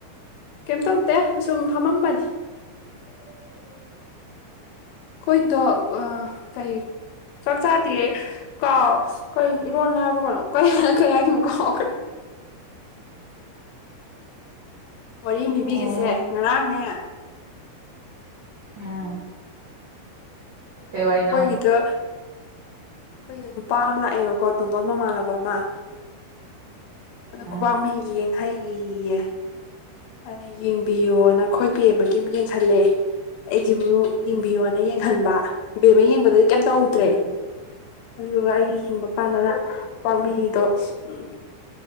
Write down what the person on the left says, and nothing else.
ꯀꯩꯝ ꯇꯧꯗꯦ ꯁꯨꯝ ꯐꯝꯃꯝꯕꯅꯤ
ꯀꯣꯏꯗꯣ ꯑ ꯀꯩ ꯆꯥꯛ ꯆꯥꯗ꯭ꯔꯤꯌꯦ ꯀꯥꯎ ꯀꯩ ꯏꯔꯣꯜꯅ ꯍꯥꯏꯔꯕ꯭ꯔꯣ ꯀꯅꯣ ꯀꯌꯥꯒꯤ ꯑꯃꯨꯛꯀ ꯍꯥꯎ ꯋꯥꯔꯤ ꯑꯃ
ꯂꯤꯕꯤꯒꯁꯦ ꯉꯔꯥꯡꯅꯦ
ꯑꯩꯈꯣꯏꯒꯤꯗ ꯑꯩꯈꯣꯏꯗ ꯅꯨꯄꯥ ꯑꯃ ꯂꯥꯛꯑꯦꯕꯀꯣ ꯇꯣꯟꯗꯣꯟ ꯃꯃꯥꯟꯅꯕ ꯑꯃ
ꯑꯗꯣ ꯈꯨꯕꯥꯛꯅꯩ ꯌꯦꯡ ꯍꯩꯌꯦ ꯑꯩꯅ ꯌꯦꯡꯕꯤꯌꯣ ꯅꯈꯣꯏꯕꯤ ꯑꯃꯒꯤ ꯑꯃꯨꯛ ꯌꯦꯡꯁꯜꯂꯛꯑꯦ ꯑꯩꯒꯤꯃꯛ ꯌꯦꯡꯕꯤꯌꯣꯅ ꯌꯦꯡꯍꯟꯕ ꯕꯦꯝ ꯑꯃ ꯌꯦꯡꯕꯗꯗꯤ ꯀꯩꯝ ꯇꯧꯗ꯭ꯔꯦ
ꯑꯗꯨꯗꯨꯒ ꯑꯩꯒꯤ ꯍꯤꯡꯕ ꯀꯥꯟꯗꯅ ꯄꯋꯥꯛꯃꯤꯗꯣ ꯎꯝ